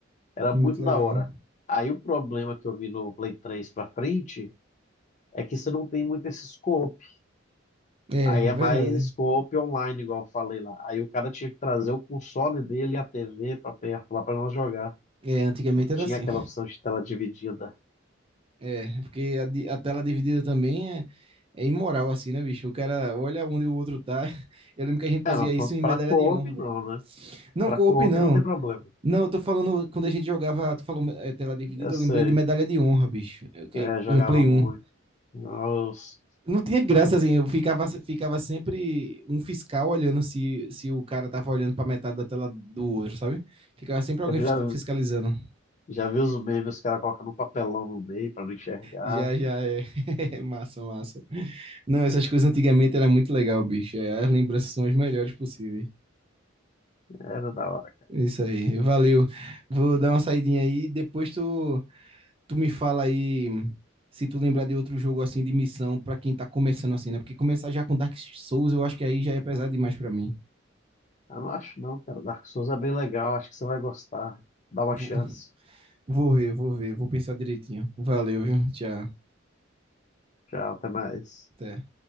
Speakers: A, on the left (about 40°); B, on the right (about 30°).
A: Era
B: é
A: muito
B: Muito legal.
A: da hora. Aí o problema que eu vi no Play 3 pra frente é que você não tem muito esse scope.
B: É,
A: Aí
B: é
A: é
B: verdade.
A: mais scope online, igual eu falei lá. Aí o cara tinha que trazer o console dele e a TV pra perto lá pra nós jogar.
B: É, antigamente
A: Não
B: era
A: tinha
B: assim.
A: aquela opção de tela dividida.
B: É, porque a, di- a tela dividida também é, é imoral, assim, né, bicho? O cara olha onde o outro tá. <laughs> Eu lembro que a gente fazia
A: É, mas
B: isso
A: pra,
B: em
A: pra
B: medalha
A: co-op
B: de honra,
A: não,
B: velho.
A: né?
B: Não,
A: Pra
B: co-op
A: co-op
B: não.
A: não tem problema.
B: Não, eu tô falando, quando a gente jogava, tu falou é, tela dividida,
A: Eu sei.
B: eu lembrei de medalha de honra, bicho. Eu, que,
A: É, jogava
B: no Play
A: muito.
B: um.
A: Nossa,
B: Não tinha graça, assim, eu ficava, ficava sempre um fiscal olhando se, se o cara tava olhando pra metade da tela do outro, sabe? Ficava sempre alguém
A: eu já,
B: fisca- fiscalizando.
A: já vi os memes, os caras colocando um papelão no meio pra não enxergar.
B: Já, já, é. <laughs> Massa, massa. Não, essas coisas antigamente era muito legal, bicho. É, As lembranças são as melhores possíveis.
A: Era da hora.
B: É Isso aí, valeu. Vou dar uma saidinha aí, depois tu, tu me fala aí se tu lembrar de outro jogo assim de missão pra quem tá começando assim, né? Porque começar já com Dark Souls, eu acho que aí já é pesado demais pra mim.
A: Eu não acho não, cara. Dark Souls é bem legal, acho que você vai gostar. Dá uma
B: Vou,
A: chance.
B: vou ver, vou ver, vou pensar direitinho. Valeu, viu? Tchau.
A: Tchau, até mais.
B: Até.